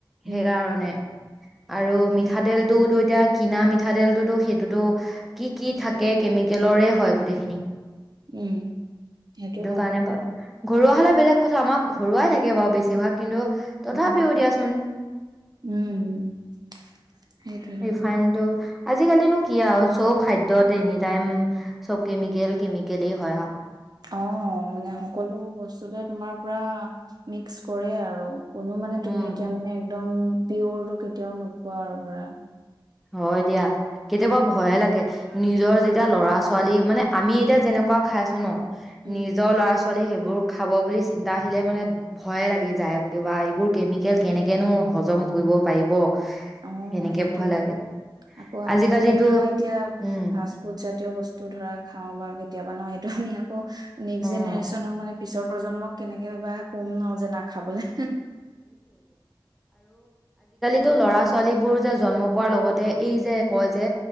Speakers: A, on the right (about 50°); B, in the centre.
A: উম
B: সেইকাৰণে আৰু মিঠাতেলটো
A: তাকেটো।
B: দুইতিয়া কিনা মিঠাতেলটো দোখ সেইটোতো কি কি থাকে? কেমিকেলৰে হয় গোটেইখিনি।
A: উম সেইটো হয়
B: কাৰণে বা ঘৰুৱা হ'লে বেলেগ কথা, আমাক ঘৰুৱাই থাকে বাৰু বেছিভাগ কিন্তু তথাপিও
A: উম
B: দিয়াচোন-
A: উম। সেইটোৱেতো
B: ফাইণ্ড তো আজিকালিনো কি আৰু চব খাদ্যত এনি টাইম চব কেমিকেল কেমিকলে হয় আৰু
A: অঁ মানে সকলো বস্তুতে তোমাৰ পৰা মিক্স কৰে আৰু কোনো মানে
B: উম
A: তুমি এতিয়া মানে একদম পিয়ৰটো কেতিয়াও নোপোৱা আৰু ধৰা
B: হয় দিয়া। কেতিয়াবা
A: উম
B: ভয়ে লাগে নিজৰ যেতিয়া ল'ৰা ছোৱালী মানে আমি এতিয়া যেনেকুৱা খাইছো ন
A: উম,
B: নিজৰ ল'ৰা ছোৱালী লৰা ছোৱালী সেইবোৰ খাব বুলি চিন্তা আহিলে মানে ভয়ে লাগি যায় কিবা এইবোৰ কেমিকেল কেনেকেনো হজম কৰিব পাৰিব।
A: অ
B: সেনেকে
A: সেইটোয়ে
B: ভয় লাগে।
A: আকৌ আমি
B: আজিকালিতো
A: ধৰা এতিয়া
B: উম
A: ফাষ্ট ফুড জাতীয় বস্তু ধৰক খাওঁ বাৰো কেতিয়াবা ন <unintelligible> আক নেক্স
B: অ
A: জেনেৰেশ্যনৰ মানে পিছৰ প্ৰজন্মক কেনেকে বা কম আৰু যে নাখাবলে।
B: ত ল'ৰা, ছোৱালীবোৰ যে জন্ম পোৱাৰ লগতে, এই যে কয় যে